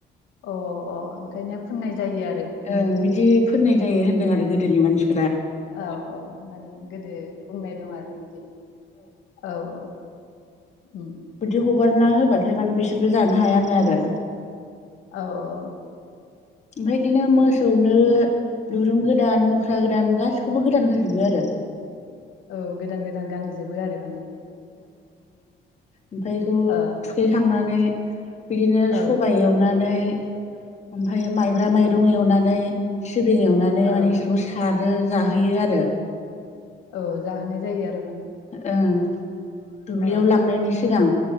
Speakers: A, on the left; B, on the left.
A: अह अह ओंखायनो फुननाय जायो आरो।
B: ओं बिदि फोननाय जायो होन्दों आरो गोदोनि मानसि
A: औ औ माने गोदो बुंनाय दं आरो बिदि औ औ। उम
B: बिदि हगारना होबाथाय माने बिसोरबो जानो हायानो आरो।
A: औ औ।
B: ओमफ्राय बिदिनो मोसौनो दुरुं गोदान मुख्रा गोदान गासिखौबो गोदान होजोबो आरो।
A: औ गोदान गोदान गानहोजोबो आरो माने।
B: ओमफाय बेखौ
A: ओ
B: थुखैखांनानै बिदिनो
A: औ
B: सबाइ
A: ओ
B: एवनानै <inaudible> ओमफ्रायो माइब्रा माइ रं एवनानै सिबिं एवनानै
A: ओ
B: माने बिसोरखौ सार <unintelligible> जाहोयो आरो
A: औ जाहोनाव जायो आर
B: ओं दुब्लियाव
A: ओ
B: लांनायनि सिगां